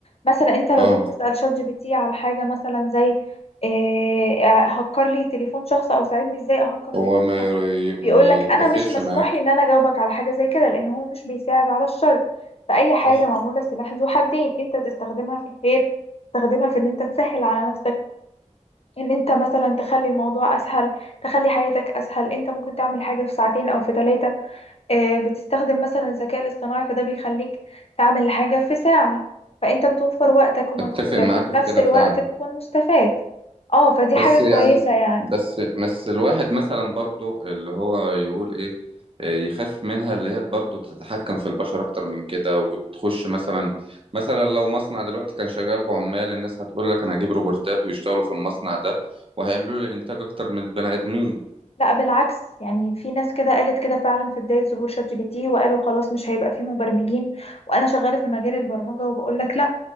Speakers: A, on the left; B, on the right.
A: مثلا انت لو
B: اه
A: جيت تسال شات جي بي تي على حاجه مثلا زي إيه هكر لي تليفون شخص او ساعدني ازاي اهكر تليفون
B: هو ما
A: شخص
B: ير...
A: بيقول
B: ما يتفقش
A: لك انا مش مسموح
B: معاك
A: لي ان انا اجاوبك على حاجه زي كده لان هو مش بيساعد على الشر فأي حاجة
B: صح
A: معمولة سلاح ذو حدين انت تستخدمها في الخير تستخدمها في ان انت تسهل على نفسك ان انت مثلا تخلي الموضوع اسهل تخلي حياتك اسهل انت ممكن تعمل حاجة في ساعتين او في ثلاثة بتستخدم مثلا الذكاء الاصطناعي فده بيخليك تعمل حاجة في ساعة فانت بتوفر وقتك ومجهودك
B: اتفق معاك
A: وفي نفس
B: في كده
A: الوقت
B: فعلا
A: بتكون مستفاد اه فدي
B: بس
A: حاجة
B: يعني
A: كويسة يعني
B: بس بس الواحد مثلا برضو اللي هو يقول ايه آه، يخاف منها اللي هي برضو تتحكم في البشر اكتر من كده وتخش مثلا مثلا لو مصنع دلوقتي كان شغال بعمال الناس هتقول لك انا هجيب روبوتات ويشتغلوا في المصنع ده وهيعملوا لي انتاج اكتر من البني ادمين
A: لا بالعكس يعني في ناس كده قالت كده فعلا في بداية ظهور شات جي بي تي وقالوا خلاص مش هيبقى فيه مبرمجين وانا شغالة في مجال البرمجة وبقول لك